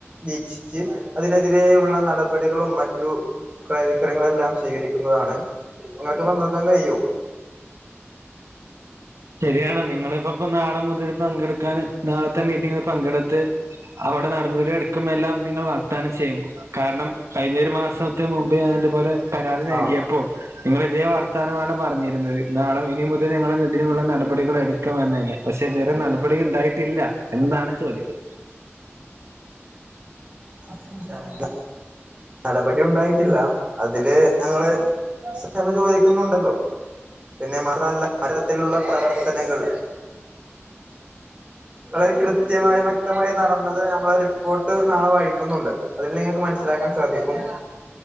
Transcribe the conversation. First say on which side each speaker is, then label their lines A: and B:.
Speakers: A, on the right (about 25°); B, on the right (about 80°).
A: വീക്ഷിച്ച് അതിനെതിരെയുള്ള നടപടികളും മറ്റു ക്രയ വിക്രയങ്ങളെല്ലാം സ്വീകരിക്കുന്നതാണ് നിങ്ങക്ക് പങ്കെടുക്കാൻ കഴിയോ
B: ശരിയാണ് നിങ്ങളിപ്പ ഇപ്പ നാളെ മുതൽ പങ്കെടുക്കാന് നാളത്തെ മീറ്റിങ്ങില് പങ്കെടുത്ത് അവടെ നടപടി എടുക്കുമ്പോ എല്ലാംനിങ്ങൾ വേണം വാക്ദാനം ചെയ്യും കാരണം കഴിഞ്ഞൊരു മാസത്തി മുമ്പേ ഞാൻ ഇതുപോലെ പരാതി നൽകിയപ്പോൾ
A: ആഹ്
B: നിങ്ങള് ഇതേ വർത്താനമാണ് പറഞ്ഞിരുന്നത് നാളെ ഇനി മുതൽ ഞങ്ങൾ ഇതിനുള്ള നടപടികൾ എട് ക്കും എന്നന്നെ പക്ഷെ ഇതുവരെ നടപടി ഉണ്ടായിട്ടില്ല എന്നാണ് ചോദ്യം <inaudible>
A: <unintelligible> നടപടി ഉണ്ടായിട്ടില്ല അതില് ഞങ്ങള് ക്ഷമ ചോദിക്കുന്നുണ്ടല്ലോ പിന്നെ <unintelligible> മരത്തിലുള്ള പ്രവർത്തനങ്ങൾ അതായ കൃത്യമായി വ്യക്തമായി നടന്നത് നമ്മളൊരു റിപ്പോട്ട് നാളെ വാഴിക്കുന്നുണ്ട് അതിൽ നിങ്ങക്ക് മനസ്സിലാക്കാൻ സാധിക്കും